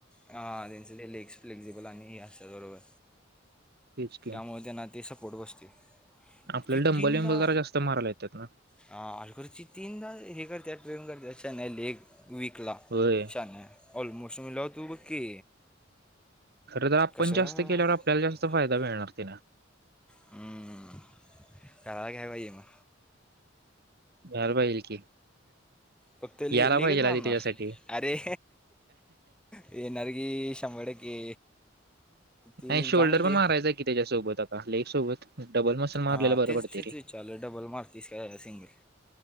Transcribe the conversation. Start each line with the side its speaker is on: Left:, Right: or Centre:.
Centre: हा त्यांचं लेग्स फ्लेक्झिबल आणि हे असं बरोबर.
Right: तेच की
Centre: त्यामुळे त्यांना ते सपोर्ट बसते
Right: आपल्याला
Centre: ती
Right: डंबल
Centre: तीनदा
Right: विंबल जरा जास्त मारायला येतात ना
Centre: हा अलकची तीनदा हे करते ट्रेण करते नाही लेग वक ला
Right: होय
Centre: शान्या ऑलमोस्ट म्हणल्यावर तु बघ की
Right: खर तरर आपण
Centre: कसं
Right: जास्त
Centre: का
Right: केल्यावर आपल्याला जास्त फायदा
Centre: <inaudible>
Right: मिळणार तिला
Centre: हम्म का, <unintelligible> कराय पाहिजे म,
Right: करायला पाहिजेल की,
Centre: फक्त ले
Right: यायला
Centre: लेगच
Right: पाहिजे
Centre: मारणार
Right: आधी त्याच्यासाठी
Centre: अरे, येणार की शंभर टक्के ती
Right: नाही
Centre: एक्झाम
Right: शोल्डर
Centre: होते
Right: पण मारायचा आहे कि त्याच्यासोबत आता लेग सोबत डबल मसल मारलेला
Centre: हा
Right: बरं
Centre: तेच
Right: पडते
Centre: तेच
Right: रे
Centre: विचारलं डबल मारतयस काय सिंगल